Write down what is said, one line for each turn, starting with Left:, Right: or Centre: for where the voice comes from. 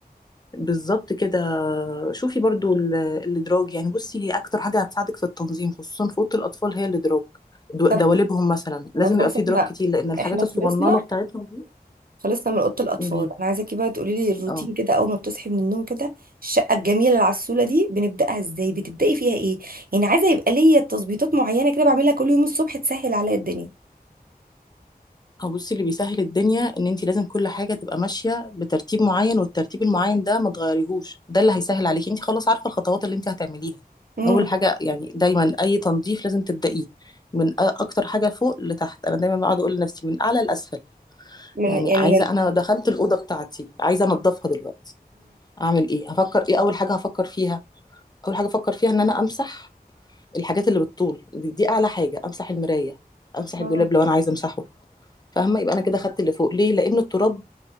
Left: بالظبط كده شوفي برضو ال- الادراج يعني بصي هي اكتر حاجه هتساعدك في التنظيم خصوصا في اوضه الاطفال هي الادراج دو-
Right: طب
Left: دواليبهم مثلا لازم
Right: طب خلاص
Left: يبقى فيه
Right: احنا
Left: دراج كتير لان الحاجات
Right: احنا
Left: الصغننه
Right: خلصنا
Left: بتاعتهم دي
Right: خلصنا من أوضة الأطفال
Left: بي...
Right: انا عايزاكي بقى تقولي لي الروتين
Left: اه
Right: كده أول ما بتصحي من النوم كده الشقة الجميلة اللي على السولة دي بنبدأها ازاي بتبدأي فيها ايه يعني عايزة يبقى ليا تظبيطات معينة كده بعملها كل يوم الصبح تسهل عليا الدنيا
Left: هو بصي اللي بيسهل الدنيا ان انت لازم كل حاجه تبقى ماشيه بترتيب معين والترتيب المعين ده ما تغيريهوش ده اللي هيسهل عليكي انت خلاص عارفه الخطوات اللي انت هتعمليها
Right: امم
Left: اول حاجه يعني دايما اي تنظيف لازم تبدايه من أ- اكتر حاجه فوق لتحت انا دايما بقعد اقول لنفسي من اعلى لاسفل
Right: من
Left: يعني
Right: يعني
Left: عايزه
Right: من
Left: انا دخلت الاوضه بتاعتي عايزه انضفها دلوقتي اعمل ايه هفكر ايه اول حاجه هفكر فيها اول حاجه افكر فيها ان انا امسح الحاجات اللي بتطول دي, دي اعلى حاجه امسح المرايه امسح الدولاب
Right: امم
Left: لو انا عايزه امسحه فاهمة يبقى أنا كده خدت اللي فوق ليه لأن التراب